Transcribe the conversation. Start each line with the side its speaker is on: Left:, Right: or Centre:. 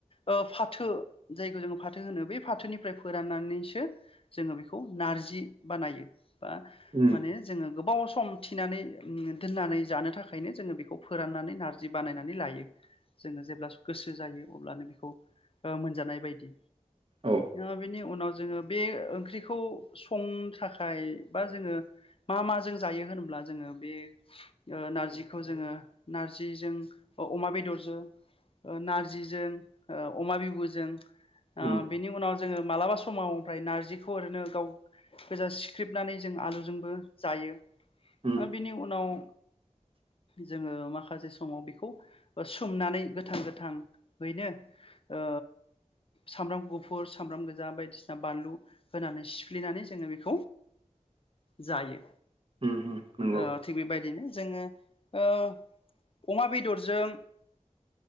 Left: ओ फाथो जायखौ जोङो फाथो होनो बे फाथोनिफ्राय फोराननानैसो जोङो बेखौ नार्जि बानायो । बा
Right: उम
Left: माने जोङो गोबाव सम थिनानै उम दोननानै जानो थाखायनो जोङो बेखौ फोराननानै नार्जि बानायनानै लायो । जोङो जेब्ला गोसो जायो अब्लानो बेखौ ओ मोनजानाय बायदि
Right: औ
Left: ओ‌ बि उनाव जोङो बे ओंख्रिखौ सं थाखाय बा जोङो मा मा ज जों जाङोहोनब्ला बे नार्जिखौ जोङो नार्जिजों अमा बेद दरजों ओ नार्जिजों ओ अमा बिबुजों ओ
Right: उम
Left: बिनि उनाव जोङो मालाबा स समाव ओमफ्राय नार्जिखौ ओरैनो गाव गोजा सिख्रेबनानै जों आलुजोंबो जायो ।
Right: उम उम
Left: ओ बिनि उनाव
Right: <inaudible>
Left: जोङो माखासे समाव बेखौ सोमनानै गोथां गोथाङैनो ओ ओ सामब्राम गुफुर सामब्राम गोजा बायदिसिना बानलु होनानै सिफ्ललिनानै जोङो बेखौ
Right: <inaudible>
Left: जायो
Right: उम नंगौ
Left: ओ थिग बेबायदिनो जोङो ओ अमा बेदरजों